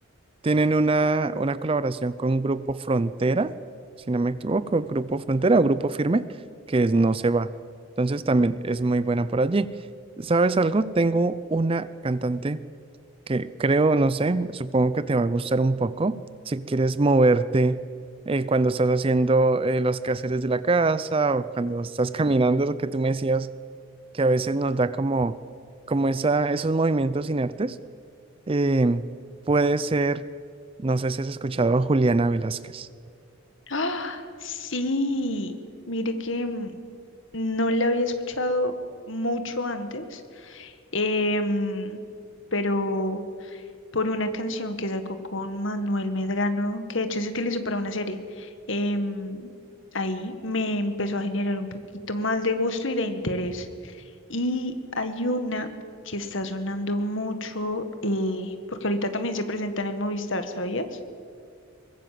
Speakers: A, on the right (about 25°); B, on the left (about 60°).
A: tienen una, una colaboración con Grupo Frontera, si no me equivoco, Grupo Frontera o Grupo Firme, que es No se va. Entonces también es muy buena por allí. ¿Sabes algo? Tengo una cantante que creo, no sé, supongo que te va a gustar un poco. Si quieres moverte eh, cuando estás haciendo eh, los quehaceres de la casa o cuando estás <laughs> caminando, lo que tú me decías, que a veces nos da como, como esa, esos movimientos inertes, eh, puede ser, no sé si has escuchado a Juliana Velázquez.
B: ¡Ah! Sí, mire que mm, no la había escuchado mucho antes, em, pero por una canción que sacó con Manuel Medrano, que de hecho se utilizó para una serie. Em, ahí me empezó a generar un poquito más de gusto y de interés. Y hay una que está sonando mucho, eh, porque ahorita también se presenta en el Movistar, ¿sabías?